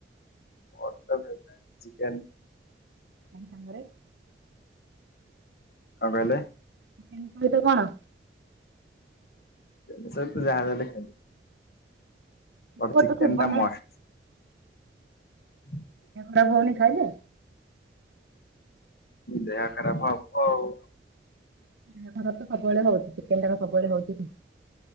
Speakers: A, on the left (about 60°); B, on the right (about 85°).
A: ମଟନ୍ ଖାଇବ ନା ଚିକେନ୍?
B: <unintelligible> ସାଙ୍ଗରେ
A: କଣ କହିଲେ?
B: ଚିକେନ୍ ସହିତ କଣ?
A: ଚିକେନ୍ ସହିତ ଯାହା ଦେଲେ ଖାଇବି। ବଟ୍
B: ଗୋଟେ
A: ଚିକେନ୍
B: ଥିବ
A: ଟା
B: ନା
A: ମଷ୍ଟ୍। ହୁଁ
B: ଭାଈ ଭଉଣୀ ଖାଇଲେ?
A: ଦେହ ଖରାପ ହବ ଆଉ।
B: ଦେହ ଖରାପ ତ ସବୁବେଳେ ହଉଚି। ଚିକେନ ଟା କଣ ସବୁବେଳେ ହଉଚି କି?